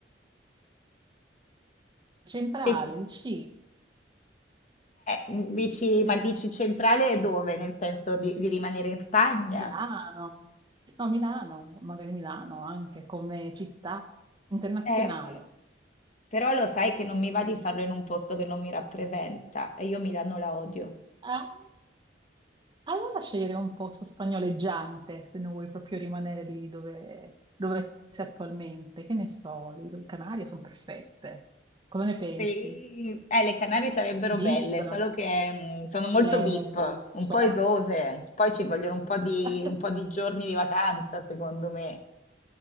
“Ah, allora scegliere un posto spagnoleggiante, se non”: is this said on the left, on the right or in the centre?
Right